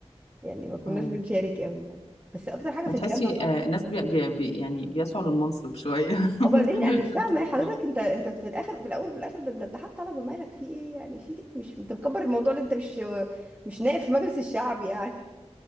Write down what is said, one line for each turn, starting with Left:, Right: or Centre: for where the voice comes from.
Right: يعني ما كناش
Left: اه
Right: بنشارك قوي يعني بس اكتر حاجه
Left: فتحسي
Right: في الجامعه
Left: آه، الناس بي بي بي- يعني بيسعوا للمنصب شوية <laughs>
Right: وبعدين
Left: احنا
Right: انا
Left: مش
Right: مش
Left: بنسعى
Right: فاهمه يا حضرتك
Left: للمنصب
Right: انت انت في الاخر في الاول في الاخر ده انت اتحاد طلبه مالك في ايه يعني في إيه؟ مش انت مكبر الموضوع اللي انت مش مش نائب في مجلس الشعب يعني